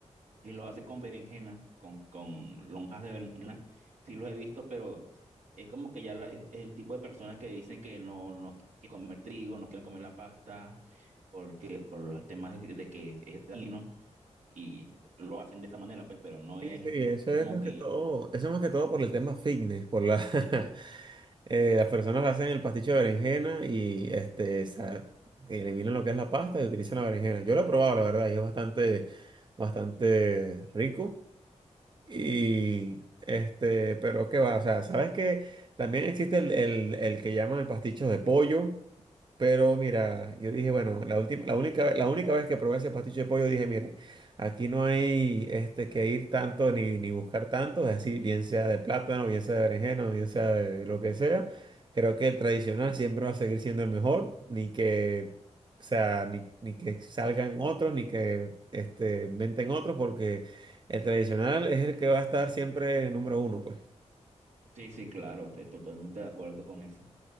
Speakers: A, on the right; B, on the right.
A: que lo hacen con berenjena, con, con lonjas de berenjena, sí los he visto, pero es como que ya la- es, es el tipo de personas que dicen que no, no quieren comer trigo, no quieren comer la pasta, porque por los temas de que es dañino y lo hacen de esta manera, pues, pero no
B: sí,
A: es
B: sí, eso
A: como
B: es más
A: que...
B: que todo, eso es más que todo por el tema fitness, por la, <laughs> Eh, las personas hacen el pasticho de berenjena y este, sa- eliminan lo que es la pasta y utilizan la berenjena. Yo lo he probado, la verdad, y es bastante, bastante rico. Y este, pero qué va, o sea, sabes que también existe el, el- el que llaman el pasticho de pollo. Pero mira, yo dije, bueno, la última, la única, ve- la única vez que probé ese pasticho de pollo, dije, mire, aquí no hay este, que ir tanto ni, ni buscar tanto, es decir, bien sea de plátano, bien sea de berenjena, bien sea de lo que sea. Creo que el tradicional siempre va a seguir siendo el mejor, ni que, o sea, ni, ni que salgan otros, ni que este, inventen otros, porque el tradicional es el que va a estar siempre número uno, pues.
A: Sí, sí, claro, estoy totalmente de acuerdo con eso.